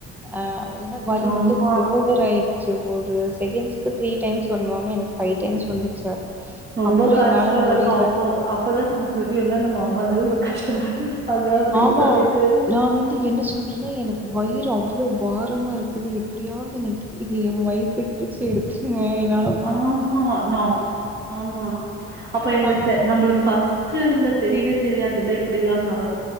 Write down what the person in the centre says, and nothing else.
அ என்ன வலி
வந்து ஓவர் ஆயிடுச்சு ஒரு செகண்ட்ஸ்க்கு த்ரீ டைம்ஸ் வர்ணுவாமே எனக் ஃபைவ் டைம்ஸ் வந்துச்சா
அப்றோ
என்னால
முடியில
ஆமா.
நான் வந்து என்ன சொல்றன்னா எனக்கு வயிறு அவ்ளோ பாரமா இருக்குது எப்டியாவ்து என்னக் இது எ வயித்த கிளிச்சு எடுத்துருங்க என்னா
ஆமா.